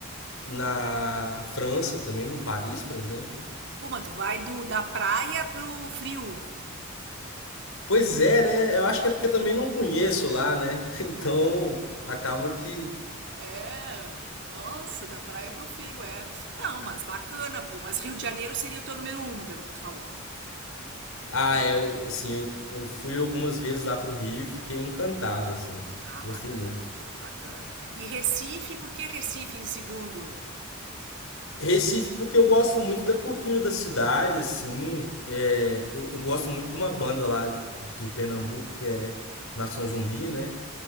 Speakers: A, on the left; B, on the right.
A: na França também, em Paris, por exemplo.
B: Pô, mas tu vai do, da praia pro frio.
A: Pois é, né? Eu acho que é porque eu também não conheço lá, né? <laughs> Então acaba que.
B: É. Nossa, da praia pro frio, é. Não, mas bacana, pô. Mas Rio de Janeiro seria o teu número um pelo que tu falou.
A: Ah, é, eu- assim, eu, eu fui algumas vezes lá pro Rio e fiquei encantado, assim.
B: Ah,
A: Gostei
B: bacana,
A: muito.
B: pô, bacana. E Recife, por que Recife em segundo?
A: Recife, porque eu gosto muito da cultura da cidade, assim. é, eu, eu gosto muito de uma banda lá do Pernambuco, que é o Nação Zumbi, né?